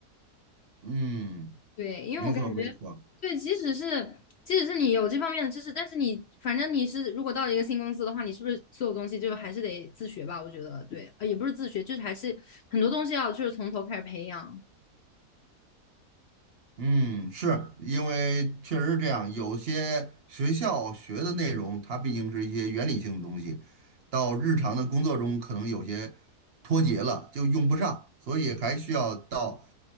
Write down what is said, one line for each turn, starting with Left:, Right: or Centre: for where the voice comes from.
Right: 嗯，
Left: 对，因为我感觉，
Right: 没错没错，
Left: 对，即使是即使是你有这方面的知识，但是你反正你是如果到了一个新公司的话，你是不是所有东西就还是得自学吧？我觉得对，呃，也不是自学，就是还是很多东西要就是从头开始培养。
Right: 嗯，是因为确实是这样，有些学校学的内容，它毕竟是一些原理性的东西，到日常的工作中可能有些脱节了，就用不上，所以还需要到